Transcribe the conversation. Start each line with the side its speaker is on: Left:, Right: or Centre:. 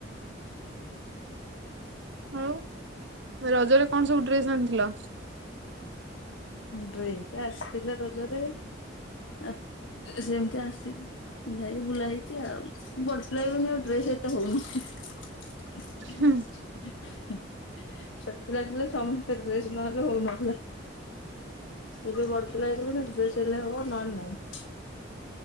Right: ଆଉ ରଜରେ କଣସବୁ ଡ୍ରେସ୍ ଆଣିଥିଲ?
Left: ଡ୍ରେସ୍ ଆସିଥିଲା ରଜରେ ଆ ସେମିତି ଆସିକି ପିନ୍ଧା ହେଇକି ବୁଲା ହେଇଛି ଆଉ ପର୍ସନାଲି ମୋ ଡ୍ରେସ ଏତେ ହଉନି। <unintelligible>
Right: ହୁଁ
Left: ଛୋଟପିଲା ଥିଲେ ସମସ୍ତେ ଡ୍ରେସ ନହେଲେ ହଉନଥିଲା। ଏବେ ବଡ ପିଲା ହେଇଗଲେଣି ଡ୍ରେସ୍ ହେଲେ ହବ ନହଲେ ନାଇଁ।